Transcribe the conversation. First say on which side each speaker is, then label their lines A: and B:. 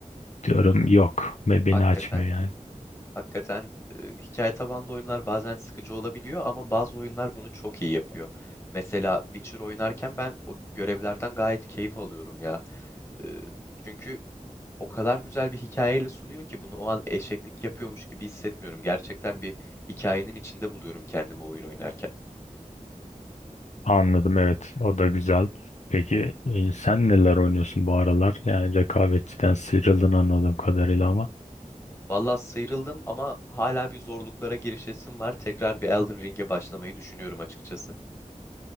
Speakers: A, on the left; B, on the left.
A: diyorum yok ve beni
B: hakikaten
A: açmıyor yani.
B: Hakikaten e, hikaye tabanlı oyunlar bazen sıkıcı olabiliyor ama bazı oyunlar bunu çok iyi yapıyor. Mesela Witcher oynarken ben o görevlerden gayet keyif alıyorum ya. E, çünkü o kadar güzel bir hikayeyle sunuyor ki bunu o an eşeklik yapıyormuş gibi hissetmiyorum. Gerçekten bir hikayenin içinde buluyorum kendimi oyun oynarken.
A: Anladım evet o da güzel. Peki e, sen neler oynuyorsun bu aralar? Yani rekabetçiden sıyrıldın anladığım kadarıyla ama.
B: Valla sıyrıldım ama hala bir zorluklara girişesim var. Tekrar bir Elden Ring'e başlamayı düşünüyorum açıkçası.